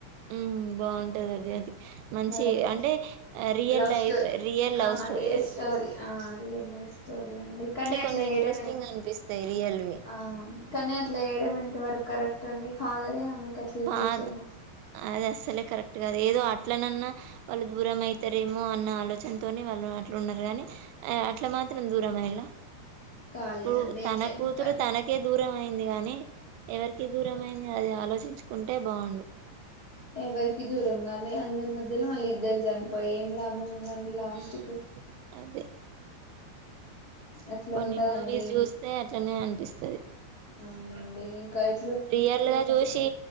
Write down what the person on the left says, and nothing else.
అదే
లవ్
స్టోరీ
ఆ
రియల్
ఆ రియల్ లైఫ్ అండి కనీ అట్లా
చేయడం
ఎంత
వరకు
ఆ కనీ అట్ల చేయడం ఎంత వరకు కరెక్ట్ అండి ఫాదరే ఆమెకి అట్లా ఇంజెక్షన్
కాలేదండి
ఎట్లయినా
కా
ఎవరికి దూరం కాలే అందరి మధ్యలో వాళ్ళు ఇద్దరు చనిపోయి ఏం లాభం ఉంద ది లాస్ట్
కు
అట్లా
ఉంటదండి
అవునండి ఇంకాయితే